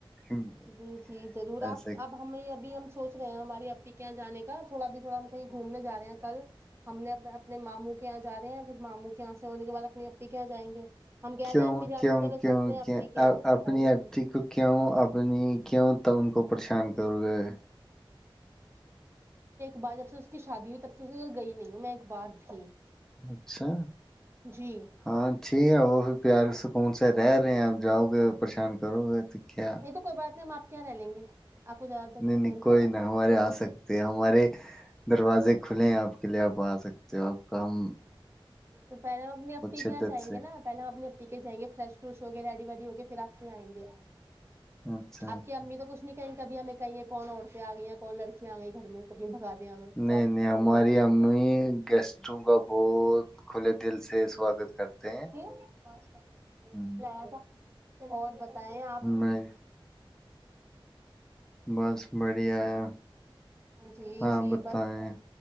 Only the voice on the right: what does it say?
جی جی ضرور
آپ اب ہمیں ابھی ہم سوچ رہے ہیں ہماری اپپی کے یہاں جان کا تھوڑا بھی تھوڑا ہم کہیں گھومنے جا رہے ہیں کل ہم نے اپنے ماموں کے یہاں جا رہے ہیں پھر ماموں کے یہاں سے ہونے کے بعد اپنی اپپی کے یہاں جائیں گے ہم کہہ
رہے ہیں امی جان
سے چلو
چلتے ہیں
کے یہاں
جائیں گے
با جب سے اس کی شادی ہوئی تب سے اس کے یہاں گئی نہیں ہوں میں ایک بار بھی
جی نہیں
یہ تو کوئی بات نہیں معاف کیا رہ لیں گے آپ کو زیادہ دکھ
ہے
تو ان
کا
تو پہلے ہم اپنی اپی کے
یہاں جائیں
گے نا پہلے ہم اپنی اپی کے جائیں گے فریش فروش ہو کے ریڈی ویڈی ہو کے پھر آپ کے یہاں ایںگے
آپ
کی امی تو کچھ نہیں کہیں گی کبھی ہمیں کہیں کون عورتیں آ گیں کون لڑکیاں آ گئی گھر میں کبھی بھگا دیں ہمیں تو
آپ
سمجھا دیجیے
گا
<unintelligible>
اور
بتا بتیں آپ
جی
جی
بس